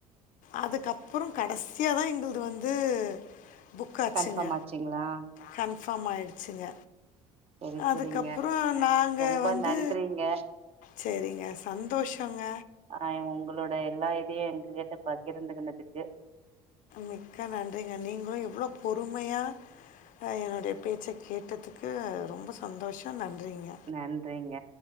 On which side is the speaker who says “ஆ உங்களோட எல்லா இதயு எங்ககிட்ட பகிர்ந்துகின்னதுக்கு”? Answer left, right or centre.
Right